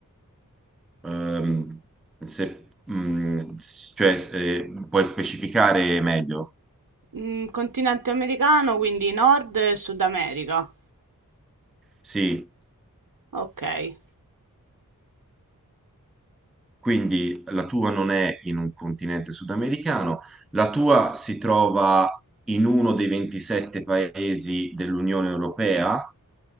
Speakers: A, in the centre; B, on the right (about 65°).
A: Ehm, se- mm, s- cioè, eh, puoi specificare meglio?
B: Mm, continente americano, quindi Nord e Sud America.
A: Sì.
B: Okay.
A: Quindi la tua non è in un continente sudamericano, la tua
B: No.
A: si trova in uno dei 27 paesi dell'Unione Europea.